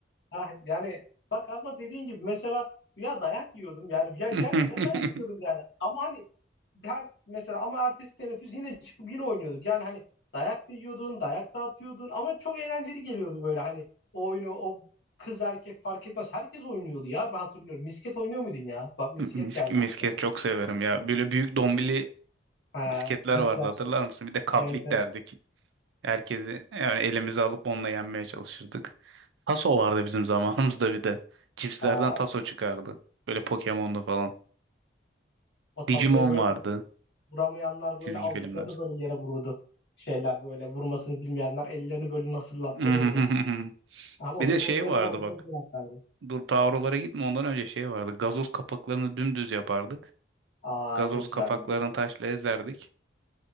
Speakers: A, on the left (about 65°); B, on the right (about 75°).
A: Ha, yani bak ama dediğin gibi mesela ya dayak yiyordum yani ya
B: <laughs>
A: gerçekten dayak yiyordum yani ama hani her mesela ama ertesi teneffüs yine çıkıp yine oynuyorduk yani hani dayak da yiyordun dayak da atıyordun ama çok eğlenceli geliyordu böyle hani o oyunu o kız erkek fark etmez herkes oynuyordu ya ben hatırlıyorum misket oynuyor muydun ya bak misket
B: Mis-
A: geldi
B: misket
A: aklıma
B: çok severim ya. Böyle büyük dombili
A: ha,
B: misketler
A: büyükler
B: vardı hatırlar mısın? Bir de kaplik
A: evet evet
B: derdik. Herkesi yani elimize alıp onunla yenmeye çalışırdık. Taso vardı bizim <laughs> zamanımızda bir de. Cipslerden
A: Aa,
B: taso
A: güzel
B: çıkardı. Böyle Pokemon'da falan.
A: o tasoyu
B: Digimon
A: böyle
B: vardı.
A: vuramayanlar
B: Çizgi
A: böyle avuçlarını
B: filmler.
A: böyle yere vururdu. Şeyler böyle vurmasını bilmeyenler ellerini böyle nasırlattırırdı.
B: <laughs>
A: Ama
B: Bir
A: vurmasını
B: de şey vardı
A: bilen onu
B: bak.
A: çok güzel atardı.
B: Dur tavrolara gitme ondan önce şey vardı. Gazoz kapaklarını dümdüz yapardık.
A: Aa
B: Gazoz
A: o da güzeldi.
B: kapaklarını taşla ezerdik.